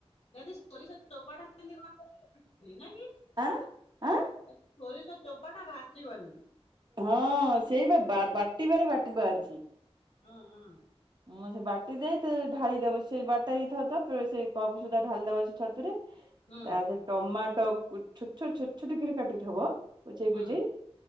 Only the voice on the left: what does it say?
ଗାଧି ସୋରିଷ ଚୋପାଟା କେଣ୍ଟି କଣ <unintelligible> ନା କି?
ସୋରିଷ ଚୋପାଟା ଭାଜିବନି
ହୁଁ ହୁଁ।
ହୁଁ
ହୁଁ